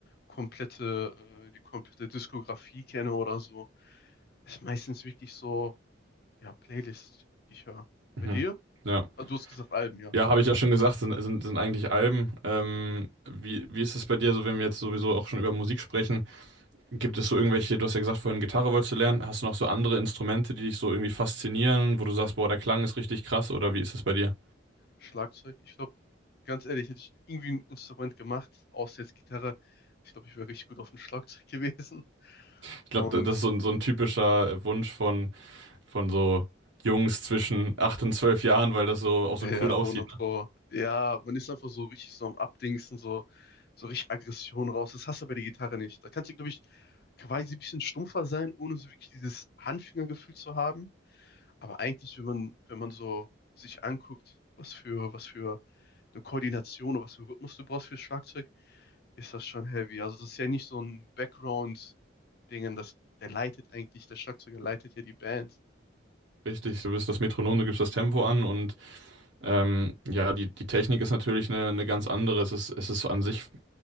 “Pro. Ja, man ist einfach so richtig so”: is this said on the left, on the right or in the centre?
Left